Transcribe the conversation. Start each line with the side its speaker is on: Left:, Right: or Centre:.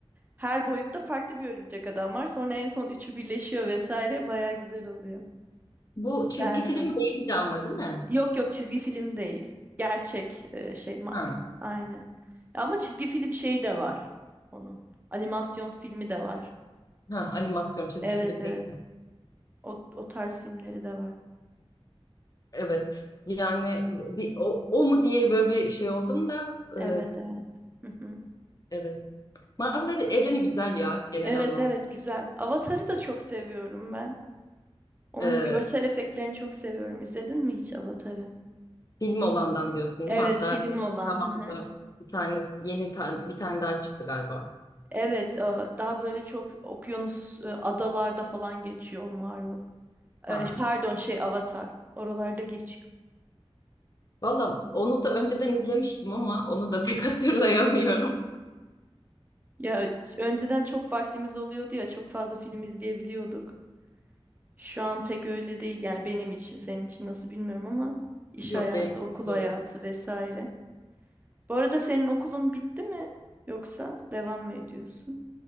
Right: Her boyutta farklı bir örümcek adam var. Sonra en son üçü birleşiyor vesaire. Baya güzel oluyor.
Left: Bu çizgi
Right: Nereden?
Left: film değildi ama değil mi?
Right: Yok yok çizgi film değil. Gerçek e, şey. ma-
Left: Ha,
Right: Aynen. Ama çizgi film şeyi de var onun. Animasyon filmi de var.
Left: ha, animasyon çizgi
Right: Evet
Left: film
Right: evet.
Left: değil.
Right: O, o tarz filmleri de var.
Left: Evet. Yani bir, o, o mu diye böyle bir şey oldum da e,
Right: Evet evet. Hı hı.
Left: evet. Marvel evi- evreni güzel ya genel
Right: Evet
Left: anlamda.
Right: evet güzel. Avatar'ı da çok seviyorum ben. Onun
Left: E,
Right: görsel efektlerini çok seviyorum. İzledin mi hiç Avatar'ı?
Left: film olandan diyorsun değil
Right: Evet
Left: mi? Hatta
Right: film olan.
Left: zamanında
Right: hı hı.
Left: bir tane yeni tan- bir tane daha çıktı galiba.
Right: Evet e, daha böyle çok okyanus e, adalarda falan geçiyor o Marvel. E,
Left: Ha.
Right: Pardon şey Avatar. Oralarda geçiyor.
Left: Valla onu da önceden izlemiştim ama onu da pek <laughs> hatırlayamıyorum.
Right: Ya önceden çok vaktimiz oluyordu ya çok fazla film izleyebiliyorduk. Şu an pek öyle değil yani benim için senin için nasıl bilmiyorum ama iş
Left: Yok
Right: hayatı,
Left: benim.
Right: okul
Left: böyle.
Right: hayatı vesaire. Bu arada senin okulun bitti mi yoksa devam mı ediyorsun?